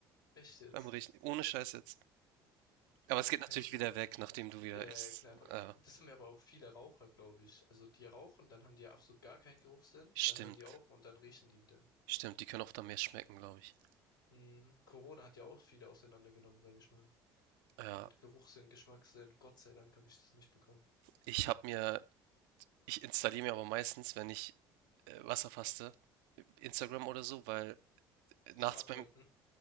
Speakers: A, on the left; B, on the right.
A: Echt jetzt?
B: beim Riechen, ohne Scheiß jetzt.
A: Das
B: Aber es geht natürlich
A: kann ich mir.
B: wieder weg, nachdem du wieder
A: Ja, ja,
B: isst.
A: ja, klar, aber
B: Ja,
A: das haben ja aber auch viele Raucher, glaube ich. Also die rauchen, dann haben die ja absolut gar keinen Geruchssinn,
B: stimmt.
A: dann hören die auf und dann riechen die wieder.
B: Stimmt, die können auch dann mehr schmecken, glaube ich.
A: Mhm. Corona hat ja auch viele auseinandergenommen, sage ich mal.
B: Ja,
A: Mit Geruchssinn, Geschmackssinn. Gott sei Dank habe ich das nicht bekommen.
B: ich habe mir, ich installiere mir aber meistens, wenn ich äh, Wasserfaste, Instagram oder so, weil
A: Zum
B: nachts
A: Ablenken.
B: beim,